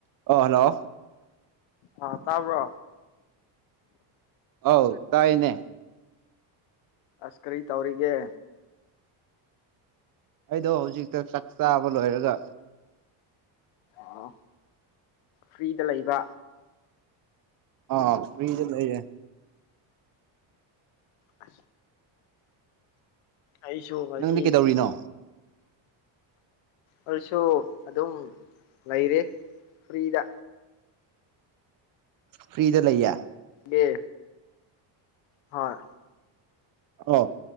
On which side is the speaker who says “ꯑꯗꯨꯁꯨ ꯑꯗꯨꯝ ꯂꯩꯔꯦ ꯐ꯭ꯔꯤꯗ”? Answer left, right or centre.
Left